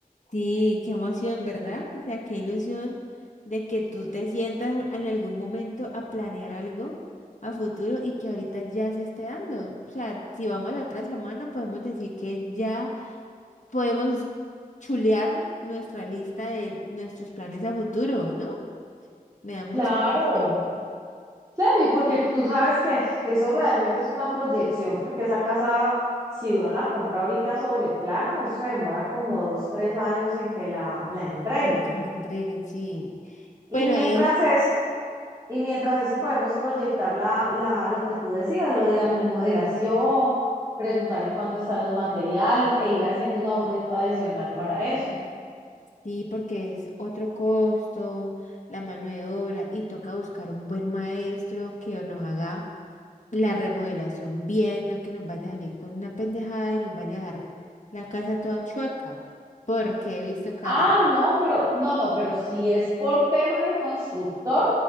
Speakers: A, on the left; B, on the right.
A: Sí, qué emoción, ¿verdad? O sea, qué ilusión de que tú te sientas en algún momento a planear algo a futuro y que ahorita ya se esté dando. O sea, si vamos la otra semana, podemos decir que ya podemos chulear nuestra lista de nuestros planes a futuro, ¿no? Me da mucha
B: Claro,
A: ilusión
B: Claro, y porque tú sabes que eso realmente es una proyección, porque esa casa, si uno la compra ahorita sobre plano, eso se demora como dos, tres años en que la, la entreguen.
A: en que la entreguen, sí.
B: Y
A: Bueno,
B: mientras
A: ahí
B: eso, y mientras eso podemos proyectar la, la, lo que tú decías, lo de la remodelación, preguntar en cuánto están los materiales e ir haciendo un ahorrito adicional para eso.
A: sí, porque es otro costo, la mano de obra, y toca buscar un buen maestro que nos haga la remodelación bien, no que nos vaya a salir con una pendejada y nos vaya a dejar la casa toda chueca, porque he visto casos.
B: Ah, no, pero, no, no, pero si es por tema de constructor,